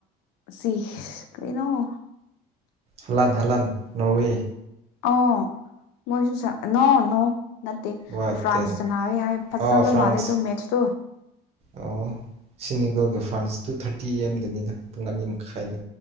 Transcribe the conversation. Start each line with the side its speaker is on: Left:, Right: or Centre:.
Left: ꯁꯤ ꯀ꯭ꯔꯤꯅꯣ
Right: ꯍꯂꯥꯟ ꯍꯂꯥꯟ ꯅꯣꯔꯋꯦ
Left: ꯑ ꯃꯣꯏꯁꯨ ꯆ ꯅ ꯅ ꯅꯠꯇꯦ
Right: ꯋꯥꯠ
Left: ꯐ꯭ꯔꯥꯟꯁꯇ
Right: ꯇꯦꯟ
Left: ꯅꯥꯔꯦ ꯍꯥꯏ ꯐꯖꯕ
Right: ꯑꯥ ꯐ꯭ꯔꯥꯟꯁ
Left: ꯃꯥꯜꯂꯦ ꯑꯗꯣ ꯃꯦꯠꯁꯇꯣ
Right: ꯑꯣ ꯁꯤꯅꯤꯒꯨꯜꯒ ꯐ꯭ꯔꯥꯟꯁ ꯇꯨ ꯊꯥꯔꯇꯤ ꯑꯦꯝꯗꯅꯤꯗ ꯄꯨꯡ ꯑꯅꯤ ꯃꯈꯥꯏꯗꯒ